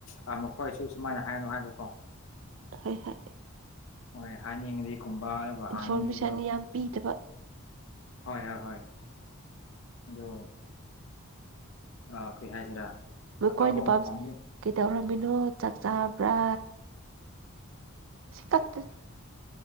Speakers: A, on the left; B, on the right.
A: ꯑꯥ ꯃꯈꯣꯏꯁꯨ ꯁꯨꯃꯥꯏꯅ ꯍꯥꯏꯔꯅꯨ ꯍꯥꯏꯕꯀꯣ
B: ꯍꯣꯏ ꯍꯣꯏ
A: ꯍꯣꯏ ꯍꯥꯏꯅꯤꯡꯉꯗꯤ ꯀꯨꯝꯕ ꯑꯗꯨꯒ ꯍꯥꯡꯅꯤꯡꯉꯗꯤꯒꯨꯝꯕ
B: ꯏꯟꯐꯣꯔꯃꯦꯁꯟ ꯌꯥꯝ ꯄꯤꯗꯕ
A: ꯍꯣꯏ ꯍꯣ ꯍꯣꯏ ꯑꯗꯣ ꯑꯥ ꯀꯩ ꯍꯥꯏꯁꯤꯔꯥ
B: ꯃꯈꯣꯏ
A: ꯑꯇꯣꯞꯄ
B: ꯅꯨꯄꯥꯝꯁ
A: ꯃꯐꯝ
B: ꯀꯩꯗꯧꯔꯝꯃꯤꯅꯣ ꯆꯥꯛ ꯆꯥꯔꯕ꯭ꯔꯥ <unintelligible>